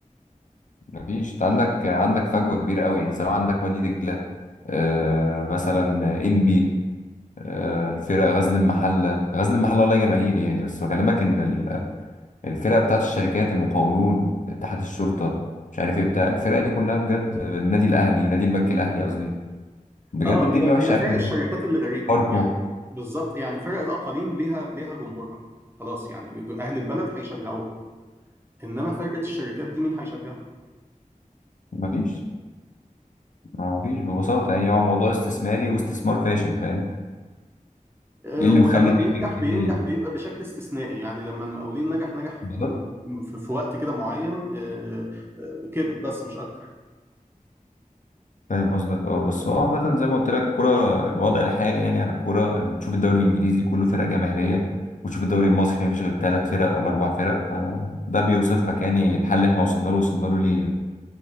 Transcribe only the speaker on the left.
مفيش انت عندك عندك فجوه كبيره قوي يعني سواء عندك وادي دجله آه مثلا انبي آه الفرق غزل المحله غزل المحله والله جماهيري يعني بس بكلمك ان ال- الفرق بتاعت الشركات المقاولون اتحاد الشرطه مش عارف ايه بتاع الفرق دي كلها بجد النادي الاهلي نادي البنك الاهلي قصدي بجد
الدنيا
وحشه
قوي
فاركو
مفيش مفيش ببساطة يعني هو موضوع استثماري واستثمار فاشل فاهم
ايه اللي
مخلي الدنيا
دي
بالظبط
فاهم قصدك اه بس هو عامة زي ما قلت لك الكورة الوضع الحالي يعني عن الكورة ان تشوف الدوري الانجليزي كله فرق جماهيرية وتشوف الدوري المصري مفيش غير ثلاث فرق ولا اربع فرق فده بيوصف لك يعني الحل اللي احنا وصلنا له وصلنا له ليه يعني